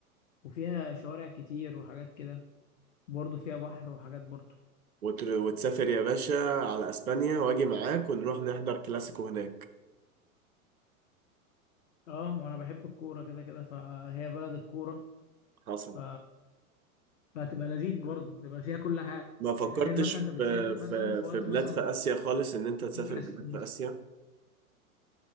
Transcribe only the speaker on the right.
وت- وتسافر يا باشا على اسبانيا واجي معاك ونروح نحضر كلاسيكو هناك
حصل
ما فكرتش
في في
في
بلاد
في اسيا خالص ان انت تسافر
بلاد
في اسيا